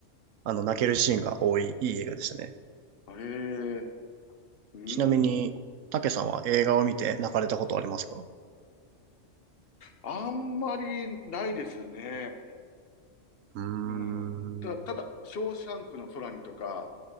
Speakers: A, on the right; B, on the left.
A: あの、泣けるシーンが多い、いい映画でしたね。
B: へえ。うーん。
A: ちなみに、たけさんは映画を見て泣かれたことありますか
B: あんまりないですね。
A: うーん。
B: うん。た、ただ、ショーシャンクの空にとか、